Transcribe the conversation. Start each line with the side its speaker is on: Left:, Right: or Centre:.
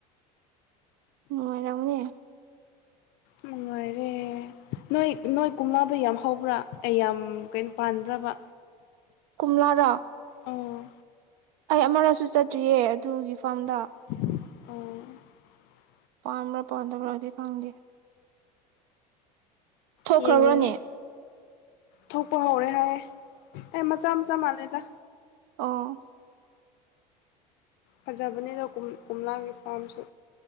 Right: ꯅꯅꯨꯡꯣꯏꯥꯏꯔꯃꯅꯤ
Left: ꯅꯨꯡꯉꯥꯏꯔꯦ ꯅꯣꯏ ꯅꯣꯏ ꯀꯨꯝꯝꯂꯥꯗ ꯌꯥꯝ ꯍꯧꯕ꯭ꯔꯥ ꯑꯩ ꯌꯥꯝ ꯀꯩꯅꯣ ꯄꯥꯟꯕꯗ꯭ꯔꯕ
Right: ꯀꯣꯝꯂꯥꯔꯥ
Left: ꯑꯣꯥ
Right: ꯑꯩ ꯑꯃꯔꯛꯁꯨ ꯆꯠꯇ꯭ꯔꯤꯌꯦ ꯑꯗꯨꯒꯤ ꯐꯥꯔꯝꯗ
Left: ꯑꯣ
Right: ꯄ ꯄꯗꯕ ꯐꯪꯒꯦ ꯊꯣꯛꯈ꯭ꯔꯕ꯭ꯔꯣꯅꯦ
Left: ꯌꯦꯡꯅꯤꯡꯉꯦ ꯊꯣꯛꯄ ꯍꯧꯔꯦ ꯍꯥꯏꯌꯦꯦ ꯑꯦ ꯃꯆꯥ ꯃꯆꯥ ꯃꯥꯟꯅꯩꯗ
Right: ꯑ
Left: ꯐꯖꯕꯅꯤꯗ ꯀꯣꯝꯂꯥꯒꯤ ꯐꯥꯔꯝꯁꯨ